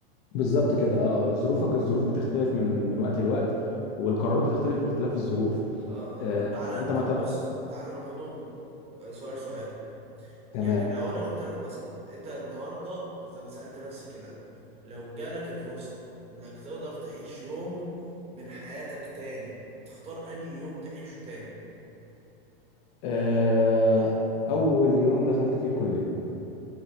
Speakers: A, on the left (about 45°); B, on the right (about 20°).
A: بالظبط كده اه ظروفك الظروف
B: اه
A: بتختلف من من وقت لوقت والقرارات بتختلف باختلاف الظروف
B: آه.
A: آه
B: طب تعالى
A: انت ما
B: طب
A: ت...
B: بص تعالى ناخدهم آه، سؤال سؤال
A: تمام
B: يعني لو انا قلت لك مثلا انت النهارده زي ما سألت نفسي كده لو جالك الفرصة انك تقدر تعيش يوم من حياتك تاني هتختار انهي يوم تعيشه تاني
A: آه اول يوم دخلت فيه الكليه